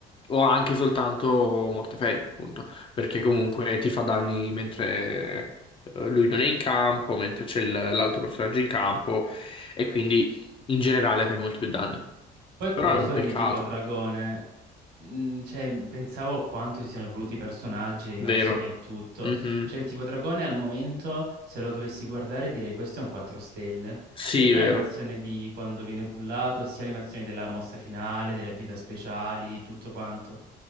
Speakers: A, on the left (about 30°); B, on the right (about 75°).
A: O anche soltanto Mortefei, appunto. Perché
B: Mm.
A: comunque ti fa danni mentre eh, lui non è in campo, mentre c'è il- l'altro personaggio in campo. E quindi in generale fai molti più danni.
B: Poi a proposito
A: Però è un peccato,
B: di tipo dragone, mh, cioè, pensavo a quanto si siano evoluti i personaggi, le animazioni
A: vero?
B: e tutto.
A: Mhm.
B: Cioè, il tipo dragone al momento, se lo dovessi guardare, direi questo è un 4 stelle.
A: Sì,
B: Sia per
A: vero.
B: l'animazione di quando viene pullato, sia l'animazione della mossa finale, delle abilità speciali, di tutto quanto.